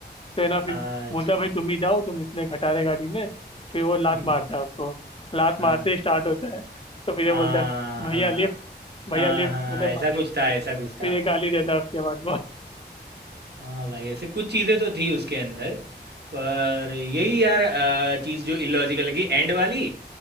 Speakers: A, on the left; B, on the right.
A: तो है ना फिर
B: अच्छा
A: बोलता है भाई तुम ही जाओ तुम इतने खटा रहे गाड़ी में फिर वो लात
B: <laughs>
A: मारता है उसको लात
B: हाँ
A: मारते ही स्टार्ट होता है तो फिर ये
B: हाँ
A: बोलता है भैया
B: हाँ
A: लिफ्ट भैया
B: हाँ
A: लिफ्ट
B: हाँ
A: मतलब
B: ऐसा
A: बाकी
B: कुछ था ऐसा कुछ
A: फिर
B: था
A: ये गाली देता है उसके बाद वो
B: हाँ भाई ऐसे कुछ चीज़ें तो थी उसके अंदर पर यही यार अ, चीज़ जो इलॉजिकल लगी एंड वाली